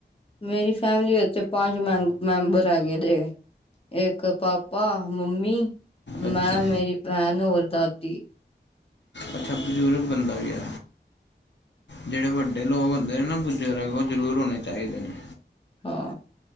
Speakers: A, on the left; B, on the left.
A: ਮੇਰੀ ਫੈਮਿਲੀ ਉੱਤੇ ਪੰਜ ਮੈਂ, ਮੈਂਬਰ ਹੈਗੇਦੇ‌। ਇੱਕ ਪਾਪਾ, ਮੰਮੀ,
B: ਅੱਛਾ
A: ਮੈਂ, ਮੇਰੀ ਭੈਣ, ਹੋਰ ਦਾਦੀ।
B: ਅੱਛਾ, ਬਜ਼ੁਰਗ ਬੰਦਾ ਵੀ ਆ? ਜਿਹੜੇ ਵੱਡੇ ਲੋਕ ਹੁੰਦੇ ਨੇ ਨਾ ਬਜ਼ੁਰਗ, ਉਹ ਜ਼ਰੂਰ ਹੋਣੇ ਚਾਹੀਦੇ ਨੇ।
A: ਹਾ।